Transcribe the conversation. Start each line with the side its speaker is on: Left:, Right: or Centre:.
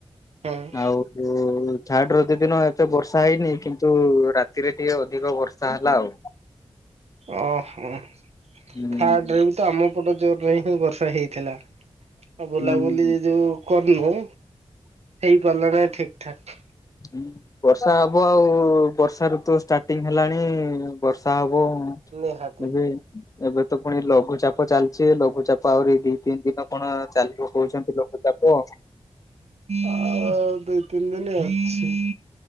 Right: ହୁଁ
Left: ଆଉ ଉ ଥାର୍ଡ଼ ରଜ ଦିନ ଏତେ ବର୍ଷା ହେଇନି କିନ୍ତୁ ରାତିରେ ଟିକେ ଅଧିକ ବର୍ଷା ହେଲା ଆଉ।
Right: ଓହୋ,
Left: ହୁଁ
Right: ଥାର୍ଡରେ ବି ତ ଆମ ପଟ ଜୋରରେ ହିଁ ବର୍ଷା ହେଇଥିଲା। ଆଉ ବୁଲାବୁଲି
Left: ହୁଁ
Right: ଯୋଉ କରନୁ, ହେଇପାରିଲା ନାହିଁ ଠିକ ଠାକ।
Left: ହୁଁ। ବର୍ଷା ହବ ଆଉ, ବର୍ଷା ଋତୁ ଷ୍ଟାର୍ଟିଂ ହେଲାଣି ବର୍ଷା ହବ।
Right: ନିହାତି।
Left: ଏବେ। ଏବେ ତ ପୁଣି ଲଘୁଚାପ ଚାଲିଛି, ଲଘୁଚାପ ଆହୁରି ଦି ତିନି ଦିନ କଣ ଚାଲିବ କହୁଛନ୍ତି ଲଘୁଚାପ।
Right: ଆଉ ଦୁଇ ତିନି ଦିନି ଅଛି।